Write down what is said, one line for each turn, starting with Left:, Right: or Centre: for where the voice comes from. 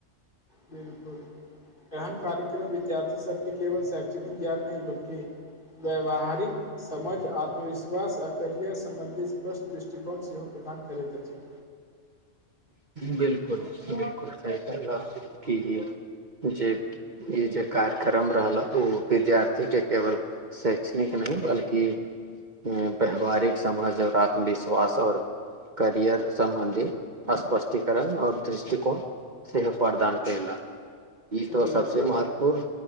Left: बिलकुल एहन कार्यक्रम विद्यार्थी सबके केवल शैक्षणिक ज्ञान नहि बल्कि व्यवहारिक समझ आत्मविश्वास आ करियर सम्बन्धी स्पष्ट दृष्टिकोण सेहो प्रदान करैत अछि।
Right: बिलकुल बिलकुल सही कहला कि जे ई जे कार्यक्रम रहला ओ विद्यार्थीके केवल शैक्षणिक नहि बल्कि व्यवहारिक समाज और आत्मविश्वास और करियर सम्बन्धी। स्पष्टीकरण और दृष्टिकोण सेहो प्रदान कैला। ई तो सबसे
Left: बिलकुल
Right: महत्वपूर्ण।